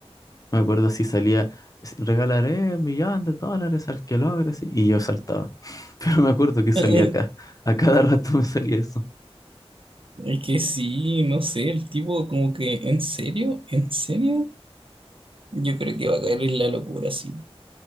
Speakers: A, on the left; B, on the right.
A: Me acuerdo si salía, "S- regalaré un millón de dólares al que logre, así, y yo saltaba. <laughs> Pero me acuerdo que salía
B: <laughs>
A: acá. A cada rato me salía eso.
B: Es que sí, no sé, el tipo como que en serio, en serio, yo creo que va a caer en la locura, sí.